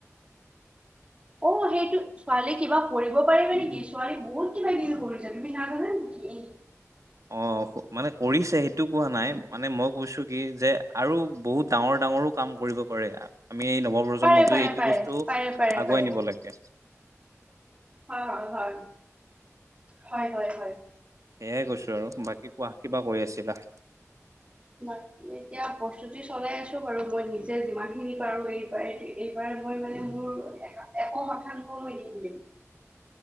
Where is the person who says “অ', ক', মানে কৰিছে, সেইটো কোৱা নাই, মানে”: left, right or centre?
Right